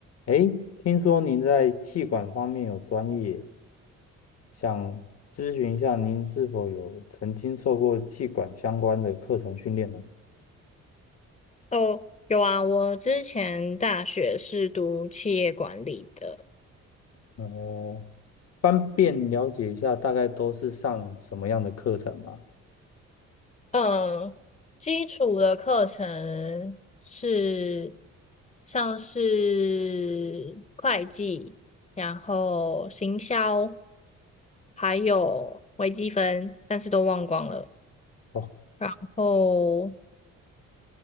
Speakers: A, on the left; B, on the left.
A: 诶，听说您在气管方面有专业，想咨询一下您是否有曾经受过气管相关的课程训练呢？
B: 哦，有啊，我之前大学是读企业管理的，
A: 哦，方便了解一下大概都是上什么样的课程吗？
B: 嗯，基础的课程是像是会计，然后行销，还有微积分，但是都忘光了。
A: 哦，
B: 然后